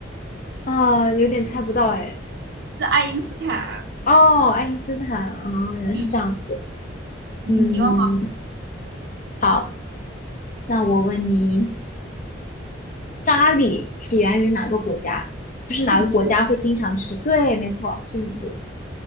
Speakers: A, on the left (about 45°); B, on the right (about 60°).
A: <laughs> 啊、有点猜不到哎。
B: 是爱因斯坦。
A: 哦，爱因斯坦，哦，原来是这样子。
B: 嗯，嗯你问我
A: 嗯，好，那我问你，咖喱起源于哪个国家？就是哪个国家会经常吃？
B: 印度，
A: 对，没错，是印度。